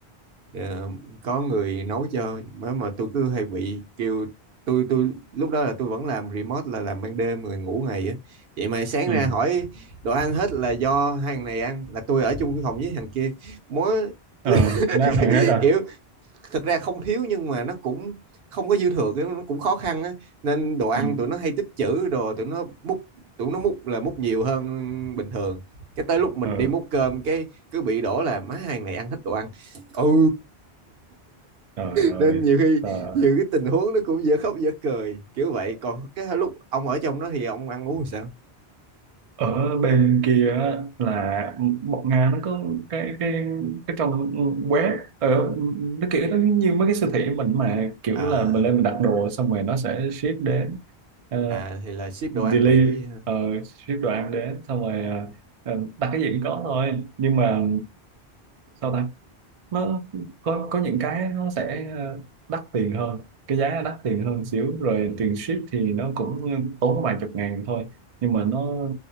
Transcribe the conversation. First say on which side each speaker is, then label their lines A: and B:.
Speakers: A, on the right (about 65°); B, on the right (about 50°).
A: ờ, có người nấu cho mà mà tôi cứ hay bị kêu tôi tôi lúc đó là tôi vẫn làm remote là làm ban đêm người ngủ ngày á vậy mà sáng
B: ừ,
A: ra
B: ừ.
A: hỏi đồ ăn hết là do hai thằng này ăn là tôi ở chung cái phòng với thằng kia mỗi
B: ờ,
A: <laughs>
B: nó ăn hết rồi.
A: kiểu thực ra không thiếu nhưng mà nó cũng không có dư thừa cái nó cũng khó khăn á nên đồ ăn
B: Ừ,
A: tụi nó hay tích trữ đồ tụi nó múc tụi nó múc là múc nhiều hơn bình thường cái tới lúc mình
B: ờ,
A: đi múc cơm cái cứ bị đổ là má hàng này ăn hết đồ ăn ừ
B: trời ơi.
A: nên nhiều khi
B: Ờ.
A: nhiều cái tình huống nó cũng dở khóc dở cười kiểu vậy còn cái lúc ông ở trong đó thì ông ăn uống sao
B: ở bên kia á, là bọn Nga nó có cái cái cái trong web ở nó kiểu nó như mấy cái siêu thị của mình mà kiểu
A: à
B: là mình lên mình đặt đồ xong rồi nó sẽ ship đến ờ,
A: à thì là ship đồ ăn
B: deliver
A: vậy kiểu vậy ha
B: ờ, ship đồ ăn đến xong rồi ờ, ờ, đặt cái gì cũng có thôi nhưng mà sao ta nó có có những cái nó sẽ ờ, đắt tiền hơn cái giá đắt tiền hơn xíu rồi
A: ừ.
B: tiền ship thì nó cũng tốn vài chục ngàn thôi nhưng mà nó